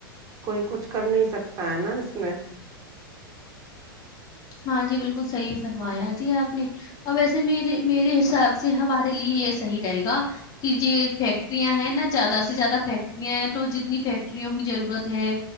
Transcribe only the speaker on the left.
ہاں جی بالکل صحیح فرمایا جی آپ نے اور ویسے میرے میرے حساب سے ہمارے لیے یہ صحیح رہے گا کہ یہ فیکٹریاں ہیں نا زیادہ سے زیادہ فیکٹریاں ہیں تو جتنی فیکٹریوں کی ضرورت ہے